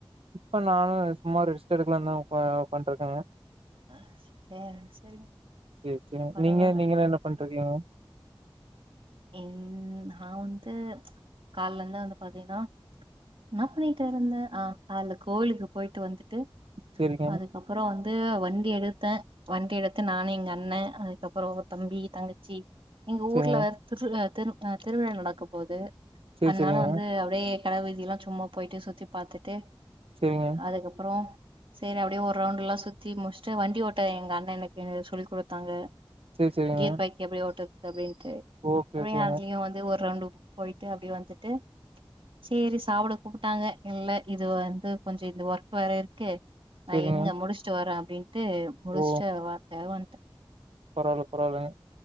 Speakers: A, on the right (about 80°); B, on the right (about 65°).
A: இப்ப நானு சும்மா ரெஸ்ட் எடுக்கலாந் தா உக்கா உக்காந்ட் இருக்கேங்க
B: <unintelligible>
A: சேரி சேரிங்க
B: பரவால்ல
A: நீங்க நீங்கலா என்ன பண்ட்ருக்கீங்க
B: ம் நா வந்து கால்ல இருந்து வந்து பாத்திங்கன்னா என்ன பண்ணிட்டு இருந்தே ஆ கால்ல கோயிலுக்கு போயிட்டு வந்துட்டு
A: சேரிங்க
B: அதுக்கப் பறோ வந்து வண்டி எடுத்தே வண்டி எடுத்து நானு எங்க அண்ணே அதுக்கப்பறொ தம்பி தங்க ச்சி எங்க
A: சேரிங்க
B: ஊர்ல திருவ்லா திரு திருவிழா நடக்க போது
A: சேரி
B: அதுனால
A: சேரிங்க
B: வந்து அப்டியே கட வீதியெல்லா சும்மா போயிட்டு சுத்தி பாத்துட்டு
A: சேரிங்க
B: அதுக்கப்பறோ சேரி அப்டியே ஒரு ரவுண்ட் எல்லா சுத்தி முட்ச்ட்டு வண்டி ஓட்ட எங்க அண்ணே எனக்கு சொல்லி குடுத்தாங்க
A: சேரி சேரிங்க
B: கீர் பைக் எப்டி ஓட்றது அப்டின்ட்டு
A: ஓகே
B: அப்டியே
A: ஓகேங்க
B: அதுலியு வந்து ஒரு ரவுண்டு போயிட்டு அப்டியே வந்துட்டு சேரி சாப்புட கூப்புட்டாங்க இல்ல இது வந்து கொஞ்சொ இந்த ஒர்க் வேற இருக்கு நா
A: சேரிங்க
B: இருங்க முடுச்ட்டு வறே அப்டின்ட்டு முடுச்ட்டு
A: ஓ
B: <unintelligible> வந்
A: பரவால்ல பரவால்லெங்க